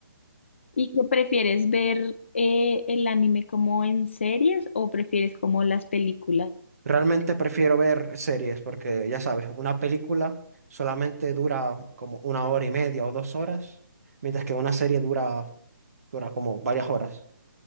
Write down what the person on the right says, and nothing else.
Realmente prefiero ver series porque, ya sabes, una película solamente dura como una hora y media o dos horas, mientras que una serie dura, dura como varias horas.